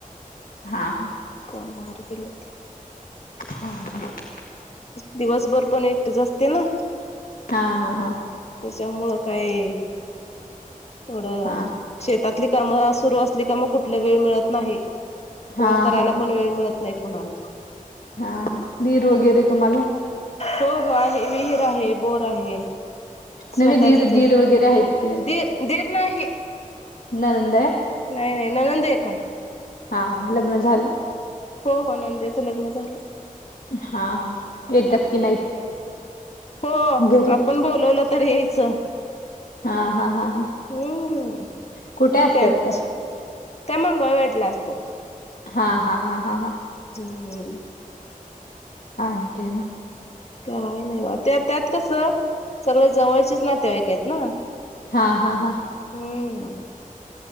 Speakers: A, on the left (about 75°); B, on the left (about 45°).
A: हा, हा.
B: नाही, बाहेर गेलेत ते.
A: हा ह <unintelligible>
B: दिवसभर पण एकटेच असते ना?
A: हां, हा, हां.
B: त्याच्यामुळं काय- थोड
A: हा
B: शेतातली कामं सुरु असली की, मग कुठलं वेळ मिळत नाही. फोन
A: हा
B: करायला
A: हा
B: पण वेळ मिळत नाही कुणाला.
A: हा, हा, दीर वगैरे तुम्हाला?
B: हो, हो, आहे विहीर आहे, बोर आहे. स्वतःचच
A: नव्हे दीर दीर
B: आहे,
A: वगैरे आहेत की
B: दीर, दीर नाही-
A: नंनद ये?
B: नाही, नाही, ननंद एक हाय.
A: हा, हा, लग्न झालं?
B: हो, हो, नंदेच लग्न झालं.
A: हा, हा, येतात कि नाहीत?
B: हो,
A: घरी
B: आपण बोलवलं तर यायचं.
A: हा हा हा हा
B: हम्म..
A: कुठे असतात
B: तेच.
A: त्या
B: त्या मंगळवेढल्या असतात.
A: हा, हा, हा, हा, हा.
B: हम्म.
A: आणि काय मग?
B: काय नाही बा, त्या त्यात कसं सगळं जवळचेच नातेवाईक आहेत ना.
A: हा, हा, हा.
B: हम्म.